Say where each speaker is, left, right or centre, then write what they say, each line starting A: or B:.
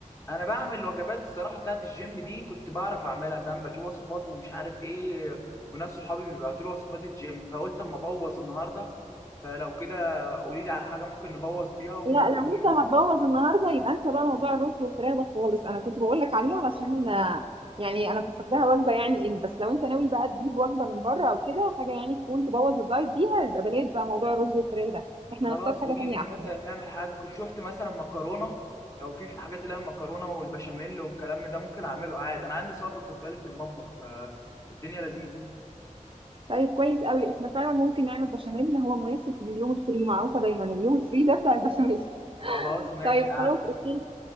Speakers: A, on the left; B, on the right.
A: انا بعمل وجبات الصراحه بتاعت الجيم دي كنت بعرف اعملها فاهم بجيب وصفات ومش عارف ايه وناس صحابي بيبعتوا لي وصفات الجيم فقلت اما ابوظ النهارده فلو كده قولي لي على حاجه ممكن نبوظ بيها وممكن
B: لا لو
A: نشوف
B: انت هتبوظ النهارده يبقى انسى بقى موضوع الرز والفراخ ده خالص انا كنت بقول لك عليه علشان آه، يعني انا كنت فاكراها وجبه يعني ان بس لو انت ناوي بقى تجيب وجبه من بره او كده حاجه يعني تكون تبوظ الدايت بيها يبقى بلاش بقى موضوع الرز والفراخ ده احنا
A: خلاص
B: نختار حاجه
A: قولي
B: تانية
A: لي
B: احسن
A: مثلا نعمل حاجه كنت شفت مثلا مكرونه لو في في الحاجات اللي هي المكرونه والبشاميل والكلام ده ممكن اعمله عادي انا عندي صبر خد بالك في المطبخ فالدنيا لذيذه
B: طيب كويس قوي احنا فعلا ممكن نعمل بشاميل هو مناسب لليوم الفري معروفه دايما اليوم الفري ده بتاع البشاميل
A: خلاص
B: <laughs>
A: ماشي
B: طيب
A: ع-
B: خلاص اوكي